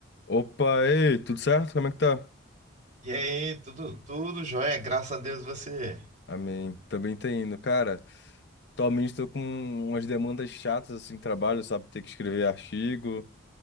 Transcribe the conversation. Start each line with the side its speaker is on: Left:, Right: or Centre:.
Left: Opa, ei, tudo certo? Como é que tá?
Right: E aí, tudo, tudo jóia, graças a Deus você
Left: Amém. Também tá indo. Cara, atualmente tô com umas demandas chatas assim, trabalho, sabe? Ter que escrever artigo.